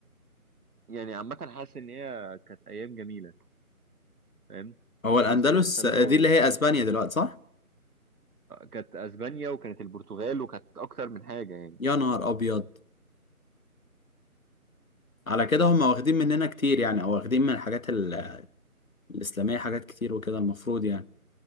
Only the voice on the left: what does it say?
هو الاندلس
دي
اللي هي اسبانيا دلوقتي صح
يا نهار ابيض على كده هم واخدين مننا كتير يعني او واخدين من الحاجات ال- الاسلاميه حاجات كتير وكده المفروض يعني